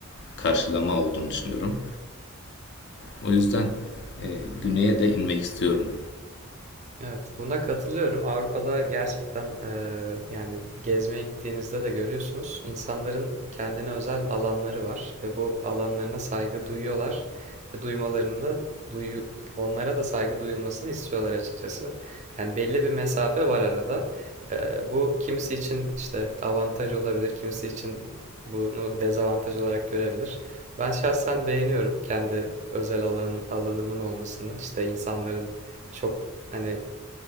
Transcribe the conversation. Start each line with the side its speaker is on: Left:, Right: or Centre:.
Left: Karşılama olduğunu düşünüyorum. O yüzden e, güneye de inmek istiyorum.
Right: Evet, buna katılıyorum. Avrupa'da gerçekten eee, yani gezmeye gittiğinizde de görüyorsunuz. insanların kendine özel alanları var ve bu alanlarına saygı duyuyorlar ve duymalarını da duyu onlara da saygı duyulmasını istiyorlar açıkçası. Yani belli bir mesafe var arada. Eee, bu kimisi için işte avantaj olabilir, kimisi için bunu dezavantaj olarak görebilir. Ben şahsen beğeniyorum kendi özel alan, alanımın olmasını, işte insanların çok Hani